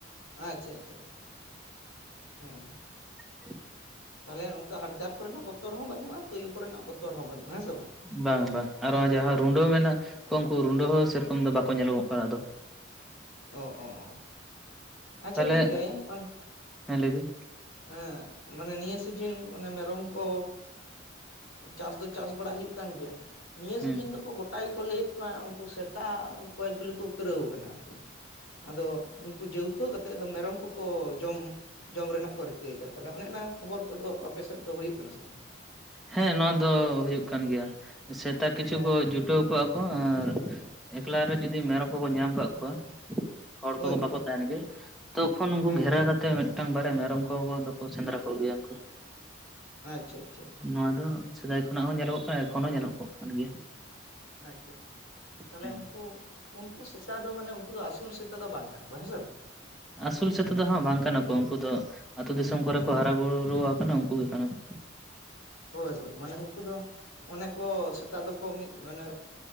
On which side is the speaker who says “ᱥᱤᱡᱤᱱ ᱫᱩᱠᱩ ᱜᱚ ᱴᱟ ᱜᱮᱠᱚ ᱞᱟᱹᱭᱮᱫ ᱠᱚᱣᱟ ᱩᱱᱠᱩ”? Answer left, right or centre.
Left